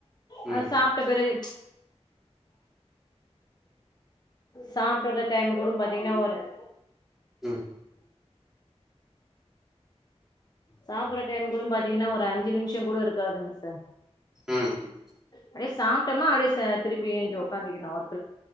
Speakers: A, on the left (about 35°); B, in the centre.
A: அ
B: ம்
A: சாப்ட்ட பெறகு சாப்பட்ற டைம் கூடு பாத்தீங்கன்னா ஒரு <inaudible>
B: ம்
A: சாப்பற டைம் கூடு பாத்தீங்கன்னா ஒரு அஞ்சு நிம்ஷோ கூட இருக்காதுங்க சார்
B: ம் ம்
A: அப்டே சாப்டமா அப்டே ச திருப்பி ஏஞ்சி ஒக்காந்திக்கனு ஒர்க்